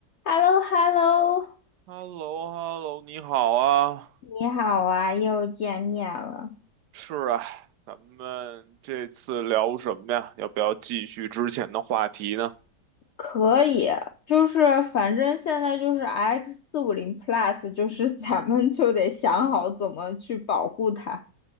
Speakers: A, on the left; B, on the right.
A: h e l l o h e l l o
B: h e l l o h e l l o 你好啊。
A: 你好啊，又见面了。
B: 是啊，咱们这次聊什么呀？要不要继续之前的话题呢？
A: 可以，就是反正现在就是 X 四五零 Plus，就是 <laughs> 咱们就得想好怎么去保护它。